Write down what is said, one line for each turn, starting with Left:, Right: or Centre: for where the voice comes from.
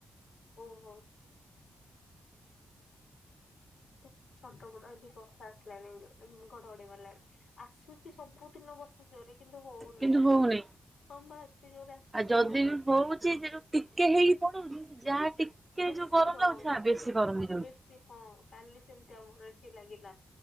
Left: ଓହୋ। ତ ଛଟପଟ ହେଲି ବର୍ଷା ଆସିଲାଣି ଘଡଘଡି ମାରିଲାଣି। ଆସୁଚି ସବୁ ଦିନ ବର୍ଷା ଜୋରେ କିନ୍ତୁ ହଉନି
Right: କିନ୍ତୁ
Left: ଜମା
Right: ହଉନି
Left: ହଁ ବା ଏତେ ଜୋରେ ଆସୁଚି
Right: ଆଉ ଯଦି
Left: ହଉନି।
Right: ବି ହଉଛି ଯେ ଯୋଉ ଟିକେ ହେଇକି ପଳଉଚି ଯାହା ଟିକେ
Left: ବେଶୀ
Right: ଯଉ ଗରମ୍
Left: ଗରମ
Right: ଲାଗୁଚି ବେଶୀ ଗରମ ହେଇଯାଉଚି।
Left: ବେଶୀ ହଁ କାଲି ସେମିତି ଆମର ଏଠି ଲାଗିଲା